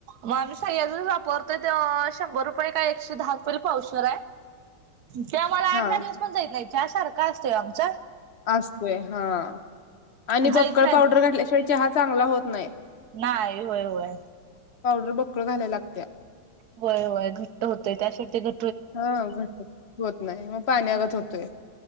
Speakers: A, on the right; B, on the left.
A: म आम्ही सह्याद्रीच वापरतोय ते शंभर रुपये का एकशे दहा रुपयेला पावशेर हाय त्या मला
B: हा
A: आठ दहा दिवस पण <unintelligible> सारखा असतोय आमचा.
B: असतोय हां आणि
A: जाईत
B: बक्कळ
A: नाही
B: पावडर घातल्याशिवाय चहा चांगला होत नायी.
A: नाही होय होय.
B: पावडर बक्कळ घायला लागत्या.
A: व्हय व्हय. घट्ट होतंय. त्या शिवती तर
B: हा घट होत नाही मग पाण्यागत
A: हम्.
B: होतोय